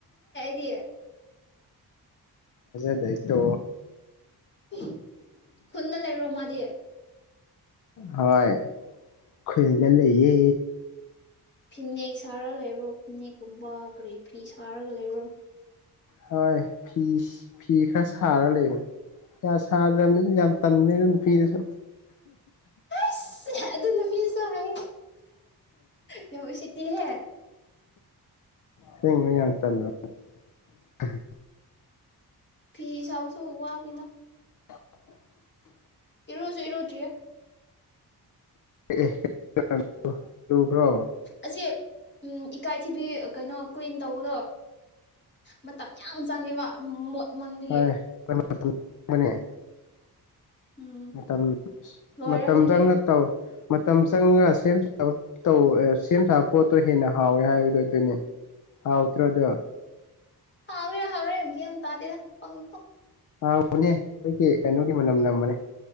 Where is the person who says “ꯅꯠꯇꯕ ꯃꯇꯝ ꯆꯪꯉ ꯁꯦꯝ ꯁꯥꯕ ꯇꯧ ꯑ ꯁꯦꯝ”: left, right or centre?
Left